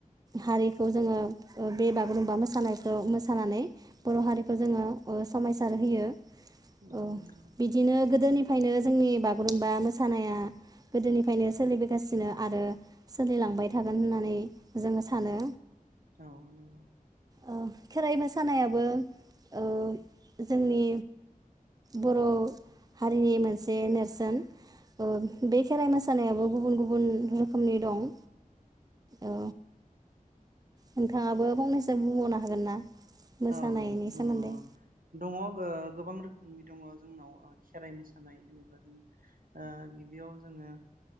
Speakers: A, on the right; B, on the right.
A: हारिखौ जोङो ओ बे बागुरुम्बा मोसा मोसानायखौ मोसानानै ब'र हारिखौ जोङो समायसार होयो।
B: उम
A: औ
B: नंगौ
A: बिदिनो गोदोनि बेखायनो जोंनि बागुरुम्बा मोसानाया गोदोनिफ्रायनो सोलिबोगासिनो आरो सोलिलांबाय थागोन होननानै जोङो सानो।
B: औ नंगौ
A: ओ खेराइ मोसानायाबो ओ जोंनि बर हारिनि मोनसे नेरसोन ओ बे खेराइ मोसानायाबो गुबुन गुबुन रोखोमनि दं। औ नोंथाङाबो फंनैसो बुंबावनो हागोन ना? मोसानायनि
B: औ ओ
A: सोमोन्दै?
B: दङ गोबां रोखोमनि दङ जोंनाव ओ खेराइ मोसानाय होनोब्ला जों ओ गिबियाव जोङो